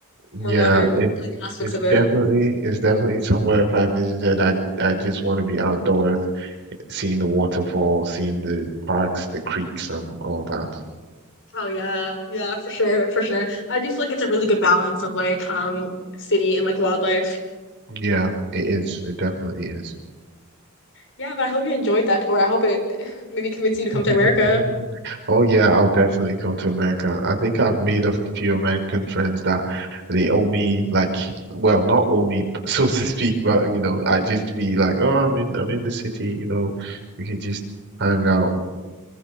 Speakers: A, on the right (about 55°); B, on the left (about 60°).
A: Yeah,
B: more modern like
A: it,
B: aspects
A: it's
B: of it.
A: definitely it's definitely somewhere if I visited, I I just want to be outdoors, seeing the waterfalls, seeing the parks, the creeks, and all that.
B: Oh yeah, yeah, for sure, for sure. I do feel like it's a really good balance of like um city and like wildlife.
A: Yeah, it is. It definitely is.
B: Yeah, but I hope you enjoyed that tour. I hope it <sighs> maybe convinced you to come
A: <laughs>
B: to America.
A: Oh yeah, I'll definitely come to America. I think I've made a few American friends that they owe me like, well, not owe me <laughs> so to speak, but you know, I just be like, oh, I'm in I'm in the city, you know, we could just hang out